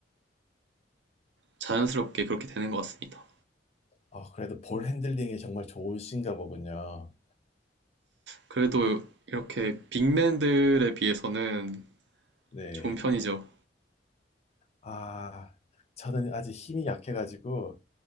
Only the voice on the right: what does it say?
자연스럽게 그렇게 되는 것 같습니다.
그래도 이렇게 빅맨들에 비해서는
좋은 편이죠.